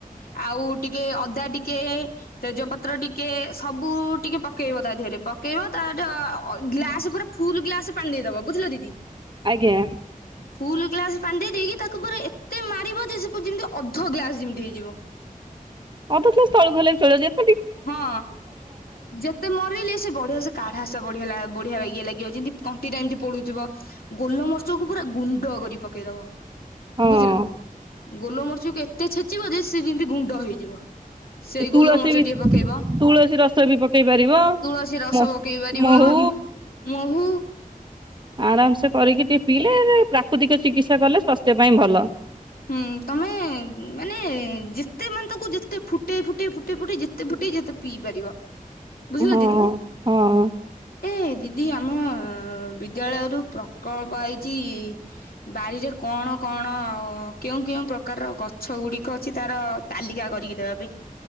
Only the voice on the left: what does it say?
ଆଉ ଟିକେ ଅଦା ଟିକେ ତେଜପତ୍ର ଟିକେ ସବୁ ଟିକେ ପକେଇବ ତା ଦେହରେ ପକେଇବ ତାର ଗ୍ଲାସ ପୁରା ଫୁଲୁ ଗ୍ଲାସ ପାଣି ଦେଇଦବ ବୁଝିଲ ଦିଦି
ଫୁଲୁ ଗ୍ଲାସେ ପାଣି ଦେଇଦେଇକି ତାକୁ ପୁରା ଏତେ ମାରିବ ଯେ ସେ ଯେମିତି ଅଧ ଗ୍ଲାସେ ଯେମିତି ହେଇଯିବ
ହଁ ଯେତେ ମରିଲେ ସେ ବଢିଆ ସେ କାଢା ଘାସ ବଢ଼ିଗଲା ବଢ଼ିଆ ଲାଗିବ ଯେମିତି ତଣ୍ଟି ଟା ଏମିତି ପଢ଼ୁଥିବ ଗୋଲମର୍ଚକୁ ପୁରା ଗୁଣ୍ଡ କରି ପକେଇଦବ
ବୁଝିଲ? ଗୋଲମରିଚକୁ ଏତେ ଛେଚିବ ଯେ ସେ ଯେମିତି ଗୁଣ୍ଡ ହେଇଯିବ। ସେଇ
ଗୋଲମରିଚ
ଟିକେ ପକ ପକେଇବ
ତୁଳସୀ ରସ
ପକେଇ ପାରିବ
ମହୁ
ହୁଁ ତମେ ମାନେ ଯେତେ ମାନେ ତାକୁ ଯେତେ ଫୁଟେଇ ଫୁଟେଇ ଫୁଟେଇ ଫୁଟେଇ ଯେତେ ଯେତେ ଫୁଟେଇ ଯେତେ ପିଇ ପାରିବ। ବୁଝିଲ
ଦିଦି।
ଏ ଦିଦି ଆମ ବିଦ୍ୟାଳୟରୁ ପ୍ରକଳ୍ପ ଆଇଚି ବାରିରେ କଣ କଣ କେଉଁ କେଉଁ ପ୍ରକାରର ଗଛ ଗୁଡିକ ଅଛି ତାର ତାଲିକା କରିକି ଦେବା ପାଇଁ।